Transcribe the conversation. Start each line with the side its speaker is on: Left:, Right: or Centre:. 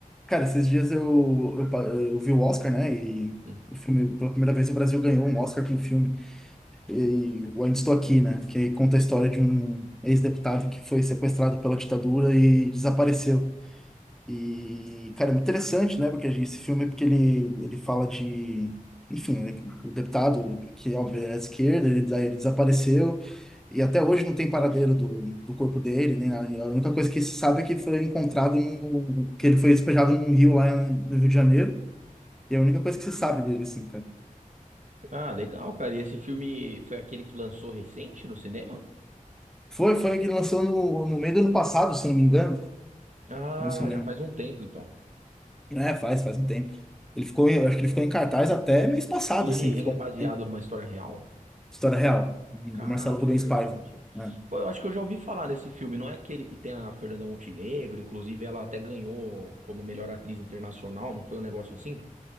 Centre: Cara, esses dias eu, eu, pa- eu vi o Oscar, né? E
Right: Hum.
Centre: o filme, pela primeira vez, o Brasil ganhou um Oscar com o filme. E o Ainda Estou Aqui, né? Que conta a história de um ex-deputado que foi sequestrado pela ditadura e desapareceu. E, cara, é muito interessante, né? Porque esse filme, porque ele, ele fala de. Enfim, né, o deputado, que óbvio é de esquerda, ele, daí ele desapareceu. E até hoje não tem paradeiro do, do corpo dele, nem nada. A única coisa que se sabe é que foi encontrado no, que ele foi despejado num rio lá no Rio de Janeiro. E é a única coisa que se sabe dele, assim, cara.
Right: Ah, legal, cara. E esse filme foi aquele que lançou recente no cinema?
Centre: Foi, foi que lançou no, no meio do ano passado, se eu não me engano,
Right: Ah,
Centre: no cinema.
Right: já faz um tempo então.
Centre: É, faz, faz um tempo. Ele ficou, em- eu acho que ele ficou em cartaz até mês passado,
Right: E ele,
Centre: assim,
Right: ele
Centre: ele ficou
Right: é baseado
Centre: um tempo.
Right: numa história real?
Centre: História real, do
Right: Caraca,
Centre: Marcelo Rubens
Right: interessante.
Centre: Paiva. né?
Right: Pô, eu acho que eu já ouvi falar nesse filme. Não é aquele que tem a Fernanda Montenegro? Inclusive, ela até ganhou como melhor atriz internacional, não foi um negócio assim?